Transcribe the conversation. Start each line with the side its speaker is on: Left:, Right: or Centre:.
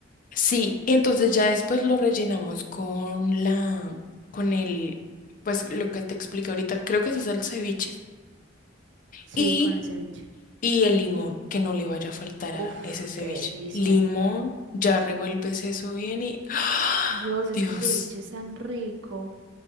Left: Sí, y entonces ya después lo rellenamos con la, con el, pues lo que te expliqué ahorita, creo que ese es el ceviche.
Right: Sí,
Left: Y,
Right: con el ceviche.
Left: y el limón, que no le vaya a faltar
Right: Uf,
Left: a ese ceviche.
Right: qué delicia.
Left: Limón, ya revuelves eso bien y ¡ah!
Right: Dios, es
Left: Dios,
Right: que el ceviche es tan rico.